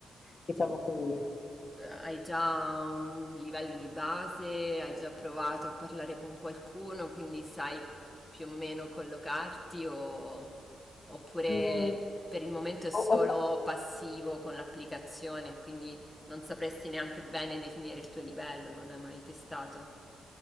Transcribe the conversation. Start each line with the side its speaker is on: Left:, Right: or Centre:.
Left: diciamo così.
Centre: Eh, Hai già un livello di base, hai già provato a parlare con qualcuno, quindi sai più o meno collocarti o- oppure
Left: Mm,
Centre: per il momento è solo
Left: ho- ho- fa-
Centre: passivo con l'applicazione, quindi non sapresti neanche bene definire il tuo livello, non hai mai testato.